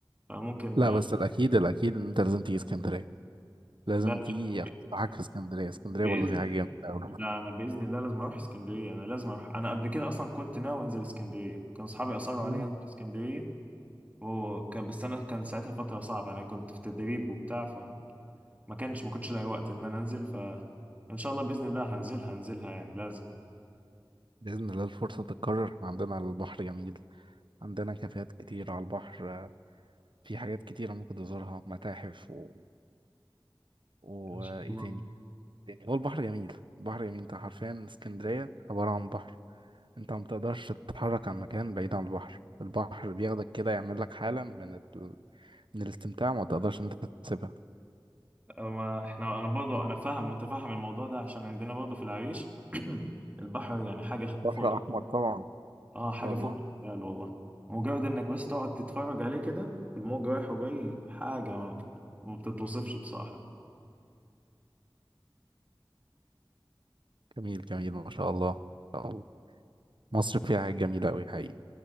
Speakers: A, on the right (about 15°); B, on the right (about 65°).
A: فممكن
B: لا
A: آه،
B: بس الاكيد الاكيد ان انت لازم تيجي اسكندريه لازم
A: لا
B: تيجي
A: ب-
B: افسحك في اسكندريه اسكندريه
A: باذن
B: برضه فيها حاجه جامده قوي
A: لا انا باذن الله لازم اروح اسكندريه انا لازم اروح انا قبل كده اصلا كنت ناوي انزل اسكندريه كان اصحابي اصروا
B: مم.
A: عليا انزل اسكندريه وكان بس انا كان ساعتها فتره صعبه انا كنت في تدريب وبتاع ما كانش ما كنتش لاقي وقت ان انا انزل ف ان شاء الله باذن الله هنزلها هنزلها يعني لازم
B: باذن الله الفرصه تتكرر احنا عندنا على البحر جميل عندنا كافيهات كتير على البحر في حاجات كتيره ممكن تزورها متاحف و... وايه
A: ان شاء الله
B: تاني تاني هو البحر جميل البحر جميل انت حرفيا اسكندريه عباره عن بحر انت ما بتقدرش تتحرك عن مكان بعيد عن البحر البحر بياخدك كده يعمل لك حاله من ال... من الاستمتاع ما تقدرش انت تسيبها
A: اما احنا انا برضه انا فاهم متفهم الموضوع ده عشان عندنا برضه في العريش <clears throat> البحر يعني حاجه فوق
B: بحر
A: الخيال
B: أحمر طبعا إن
A: اه حاجه
B: شاء
A: فوق
B: الله
A: الخيال والله مجرد انك بس تقعد تتفرج عليه كده الموج رايح وجاي حاجه ما بتتوصفش بصراحه
B: جميل جميل ما شاء الله الله. مصر فيها حاجات جميلة أوي حقيقي